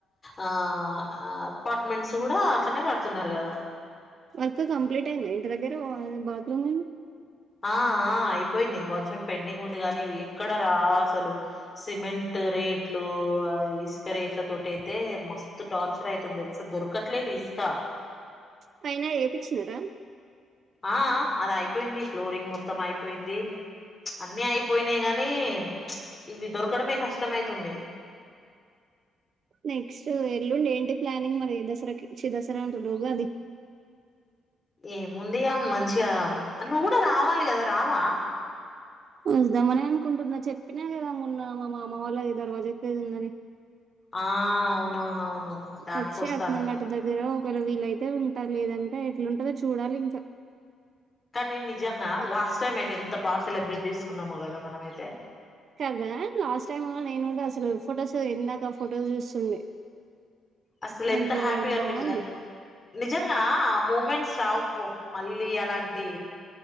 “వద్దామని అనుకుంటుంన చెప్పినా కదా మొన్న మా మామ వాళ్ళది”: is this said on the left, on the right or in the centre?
Right